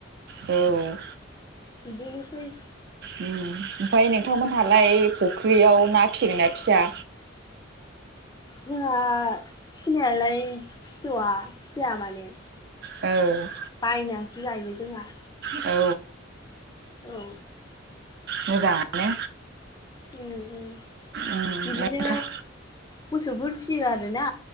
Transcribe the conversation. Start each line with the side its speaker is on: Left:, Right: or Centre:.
Right: औ
Left: बिदिनोसै
Right: उम ओमफ्राय नोंथांमोनहालाय फुख्रियाव ना फिसिगोन ना फिया
Left: जोंहा फिसिनायालाय फिसिथ'आ फिसिया माने
Right: औ
Left: बायनानैसो जायो जोंहा
Right: औ
Left: औ
Right: मोजाङानो
Left: उम-उम
Right: उम
Left: बिदिनो
Right: नोंथां
Left: मोसौफोर फिसियो आरोना